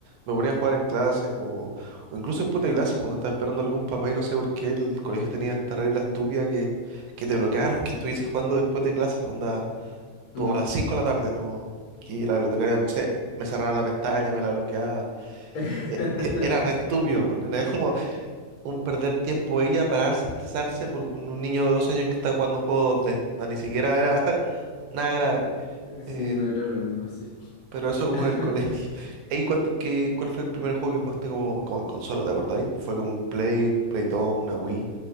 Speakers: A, on the right (about 85°); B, on the left (about 80°).
A: me ponía a jugar en clases o, o incluso después de clases, cuando estaba esperando a algún papá y no sé por qué el colegio tenía esta regla estúpida que, que te bloquearon <laughs> que estuvieses jugando después de clases, onda, como
B: Mm.
A: a las 5 de la tarde, ¿no? Que la bibliotecaria, no sé, me cerraba la pestaña, me la bloqueaba.
B: <laughs>
A: Eh, eh, Era re estúpido, man, Era como, un perder tiempo ella para darse- estresarse por un un niño de dos años que está jugando un juego 2D. No, ni siquiera era <laughs> nada grave.
B: Sí,
A: Eh,
B: no era lo mismo, sí.
A: pero eso como
B: <laughs>
A: en el colegio. <laughs> Ey, cuándo- qué- cuál fue el primer juego que jugaste como, como en consola, te acordáis? ¿Fue como un Play, Play 2, una Wii,